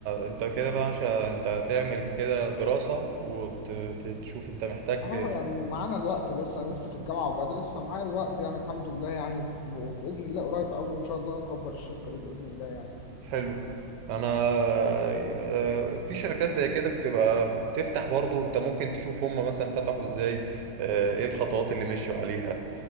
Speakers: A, on the right; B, on the left.
A: انت كده بقى مش ه- انت هتعمل كده دراسة وتشوف انت محتاج
B: اهو يعني معانا الوقت لسه انا لسه في الجامعه وبدرس فمعايا الوقت يعني الحمد لله يعني وباذن الله قريب قوي ان شاء الله نكبر الشركه دي باذن الله يعني
A: حلو انا آه، في شركات زي كده بتبقى بتفتح برضو انت ممكن تشوف هم مثلا فتحوا ازاي آه، ايه الخطوات اللي مشوا عليها